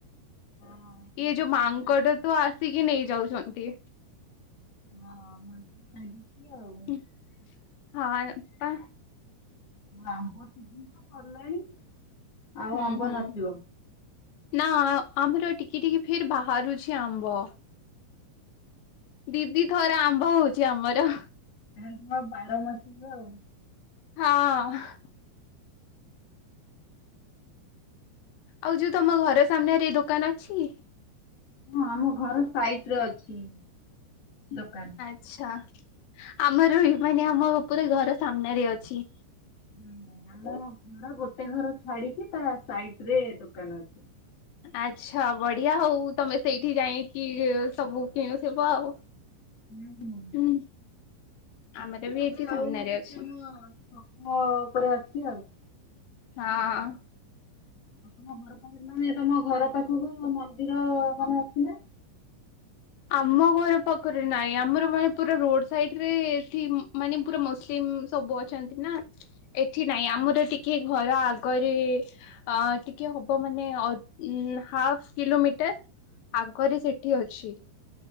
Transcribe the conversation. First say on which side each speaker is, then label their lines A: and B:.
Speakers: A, on the left (about 40°); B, on the left (about 75°).
A: ଆଉ ହଁ,
B: ଇଏ
A: ପିଜୁଳି
B: ଯୋଉ ମାଙ୍କଡ଼
A: ମାନେ
B: ତ ଆସିକି ନେଇ ଯାଉଚନ୍ତି।
A: ହଁ ମାଙ୍କଡ଼ ଖାଇ ଦୋଉଥିବେ ଆଉ।
B: ହୁଁ ହଁ ପା।
A: ଆମ୍ବ ସିଜନ୍ ତ ସରିଲାଣି। ଆଉ
B: ହୁଁ
A: ଆମ୍ବ
B: ହୁଁ
A: ନଥିବ
B: ନା ଆମର ଟିକେ ଟିକେ ପେର୍ ବାହାରୁଛି ଆମ୍ବ। ଦିଦି ଥର ଆମ୍ବ ହଉଚି ଆମର।
A: ତାହେଲେ ତମର ବାର ମାସିକ ଆଉ।
B: <unintelligible> ଆଉ ଯୋଉ ତମ ଘର ସାମ୍ନାରେ ଦୋକାନ ଅଛି?
A: ହଁ ଆମ ଘର ସାଇଟ୍ ରେ ଅଛି ଦୋକାନ।
B: ଆଚ୍ଛା ଆମର ବି ମାନେ ଆମ ପୁରା ଘର ସାମ୍ନାରେ ଅଛି।
A: ହୁଁ ଆମର କଣ ଅମର ଗୋଟେ ଘର ଛାଡିକି ତା ସାଇଡ୍ ରେ ଦୋକାନ ଅଛି।
B: ଆଚ୍ଛା ବଢିଆ ହଉ ତମେ ସେଇଠି ଯାଇକି ସବୁ କିଣିଥିବ ଆଉ।
A: ହୁଁ ହଁ।
B: ହୁଁ
A: ଅଛି
B: ଆମର ବି
A: ତାପରେ
B: ଏଠି ସାମ୍ନାରେ
A: ଆଉ କିଛି
B: ଅଛି।
A: ଆମ ଛକ ଉପରେ ଅଛି ଆଉ।
B: ହଁ
A: ଆଉ ତୁମ ଘର ପାଖକୁ ମାନେ ତମ ଘର ପାଖକୁ ମନ୍ଦିର ମାନେ ଅଛି ନା?
B: ଆମ ଘର ପାଖରେ ନାଇଁ ଆମର ମାନେ ପୁରା ରୋଡ଼ ସାଇଡରେ ଏଠି ମାନେ ପୁରା ମୁସଲିମ୍। ସବୁ ଅଛନ୍ତି ନା ଏଠି ନାଇଁ ଆମର ଟିକେ ଘର ଆଗରେ। ଅ ଟିକେ ହବ ମାନେ ଅ ହାପ୍ କିଲୋମିଟର୍। ଆଗରେ ସେଠି ଅଛି